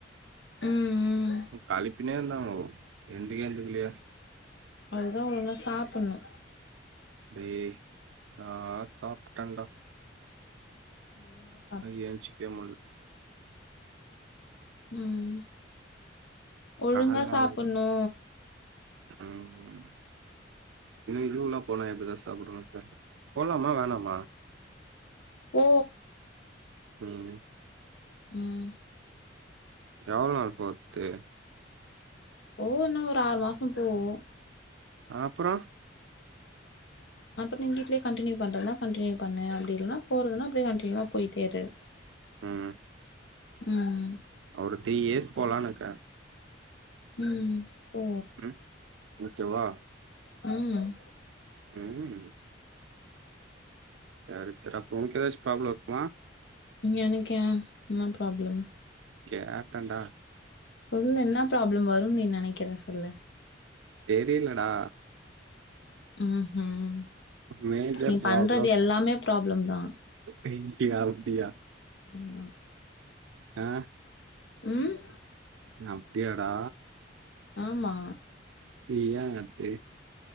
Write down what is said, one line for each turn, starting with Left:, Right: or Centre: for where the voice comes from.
Left: ம் ம்
Right: களிப்பின்னே இருந்தாங்கோ எந்திக்கே எந்திக்கெலயே
Left: அதுக்குதா ஒழுங்கா சாப்புண்ணு
Right: டே நான் சாப்ட்டண்டா
Left: ஒழுங்காஸ்
Right: அ ஏஞ்சுக்வே முல்ல
Left: ம் ஒழுங்கா
Right: கால்லா
Left: சாப்புண்ணு
Right: வலி ம் இதே வெளி ஊர்லா போனா எப்டிதா சாப்புடுவனோ தெர்ல போலாமா வேணாமா
Left: ஓ
Right: ம்
Left: ம்
Right: எவள் நாள் போர்த்து
Left: போவு என்னா ஒரு ஆறு மாசம் போவு
Right: அ அப்புறொ
Left: அப்பட் நிங் வீட்லே கன்டினியூ பண்றதுனா கன்டினியூ பண்ணு அப்டி இல்னா போறதுன்னா அப்டே கன்டினியூவா போயிட்டே இரு
Right: ம் ம்
Left: ம்
Right: ஒரு த்ரீ இயஸ் போலான்னுக்கே
Left: ம் போ
Right: ம் ஓகேவா
Left: ம்
Right: ம் யாரு சிறப்பு உன்க்கு எதாச்சு ப்ராப்ளொ இருக்குமா
Left: எனக்கா என்ன ப்ராப்ளம்
Right: கேட்டென்டா
Left: சொல்லு என்ன ப்ராப்ளம் வருன் நீ நெனக்கிற சொல்லு
Right: தெரிலடா
Left: ம்ஹும்
Right: மேஜர்
Left: நீ
Right: ப்ராப்ளம்
Left: பண்றது எல்லாமே ப்ராப்ளம் தா
Right: <unintelligible> அப்டியா
Left: ஆமா
Right: ஆ
Left: ம்
Right: நா அப்டியாடா
Left: ஆமா
Right: நீயா அத்தே